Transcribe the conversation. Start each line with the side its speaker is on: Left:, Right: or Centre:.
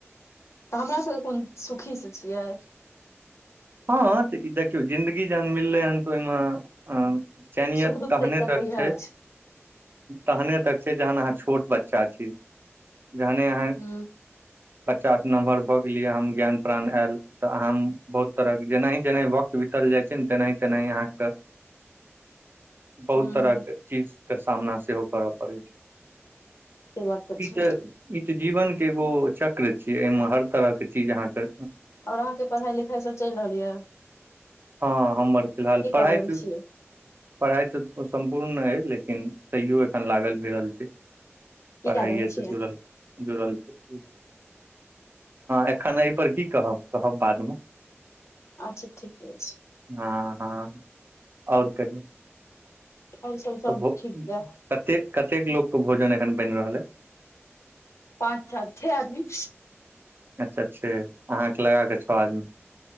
Left: तऽ हमरा सभके कोन सुखीसँ छियै।
Right: हँ तऽ ई देखियौ जिन्दगी जहन मिललै हन तऽ ओहिमे अं चैनियत
Left: सुख दुख
Right: तहने
Left: तऽ एकटा
Right: तक
Left: पैहा
Right: छै तहने तक छै जहन अहाँ छोट बच्चा छी जहने अहाँ
Left: हूँ
Right: बच्चा स नम्हर भऽ गेलियै अहांमें ज्ञान प्राण आयल तऽ अहाॅं बहुत तरहक जेनाहि जेनाहि वक्त बीतल जाइ छै ने तेनाहि तेनाही अहाँके बहुत
Left: हूँ
Right: तरहके
Left: हूँ
Right: चीजके सामना सेहो करय पड़ै छै।
Left: से बात तऽ
Right: ई
Left: छै
Right: त ई त जीवन के एगो चक्र छीेयै ऐमे हर तरह के चीज अहांके
Left: और अहां के पढ़ाई लिखाई सब चलि रहल ये।
Right: हँ हमर फिलहाल पढ़ाइ
Left: कऽ रहल
Right: त
Left: छियै
Right: पढ़ाइ तऽ सम्पूर्ण अय लेकिन तैयो एखन लागल भीरल छी।
Left: की
Right: पढ़ाइयेसे
Left: कए रहल छियै
Right: जुड़ल। जुड़ल छी एखन एहि पर की कहब कहब बादमे।
Left: आच्छा ठीके छै।
Right: हँ हँ और कहियौ
Left: आओर सब सब
Right: तो ब
Left: ठीक यै
Right: कते कतेक लोक के भोजन एखन बनि रहल ऐ?
Left: पाँच छह आदमी।
Right: अच्छा छअ अहाँके लगा के छओ आदमी।